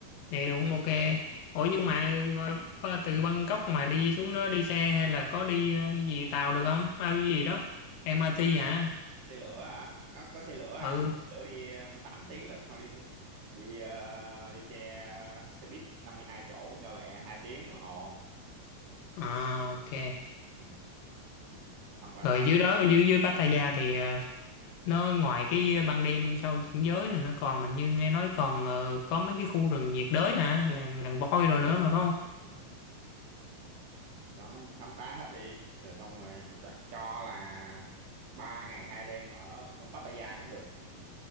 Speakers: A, on the left; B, on the right.
A: vậy cũng ok. Ủa
B: ừ.
A: nhưng mà ngồi- ba- từ Bangkok mà đi xuống đó đi xe hay là có đi à, gì tàu được không? Bao cái gì đó? MRT hả?
B: xe lửa hả nó có xe lửa à
A: Ừ,
B: mà xe lửa đi um, 8 tiếng lận thôi đi xe, đi, ờ, đi xe xe buýt 52 chỗ cho lẹ 2 tiếng đồng hồ
A: à, ok.
B: ừ. hoặc
A: Rồi dưới đó, dưới dưới Pattaya thì à, nó ngoài cái ban đêm sau chuyển giới là nó còn hình như nghe nói còn ờ, có mấy cái khu rừng nhiệt đới hả? Làng làng voi rồi nữa mà phải không?
B: là nó không khám phá hết đi rồi xong rồi cho, cho cho là ba ngày hai đêm ở Pattaya cũng được